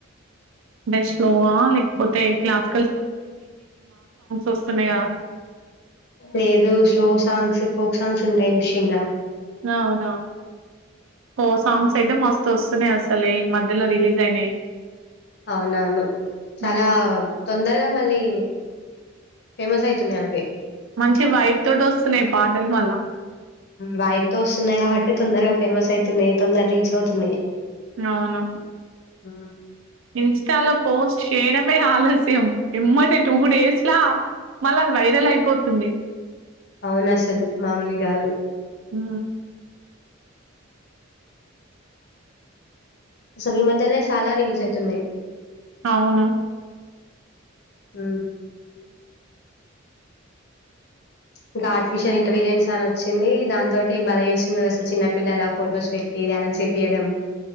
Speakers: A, on the right (about 75°); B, on the left (about 55°).
A: ంటేష్ లోవా లేకపోతే క్లాస్ వస్తున్నాయి కదా
B: లేదు స్లో సాంగ్స్ ఫోక్ సాంగ్స్ ఉంటాయి ఉషిన రా
A: నవునా పో సాంగ్స్ అయితే మస్త వస్తునేయి అసలు ఈ మధ్యలో రిలీజ్ అయినాయి
B: అవునవును చాలా
A: హ్మ్.
B: తొందరగా మళ్ళీ ఫేమస్ ఆయితునే అవే
A: మంచి వైపు తోటి వస్తున్నాయి పాటలు మళ్ల
B: వైపు త వస్తున్నాయి కాబట్టి తొందరగా ఫేమస్ అవుతున్నాయి తొందరగా రీచ్ అవుతున్నాయి
A: అవును
B: ఆ
A: ఇన్స్టలో పోస్ట్ క్షడమే ఆలస్యం ఏమ్మంటే టూ డేస్ లా మళ్ళ అది వైరల్ అయిపోతుంది
B: అవున అసలు మామూలు కాదు
A: హ
B: అసలీమ ఇ చాలా రిలీజ్ అవుతున్నాయి
A: అవును
B: అ ఇంకా ఆర్టిఫిషియల్ ఇంటెలిజెన్స్ అని వచ్చింది దాని తటి బల చేస్తుంది అసలు చిన్నపిల్లల ఫొటోస్ పెట్టి డ్యాన్స్ ఇప్పయడం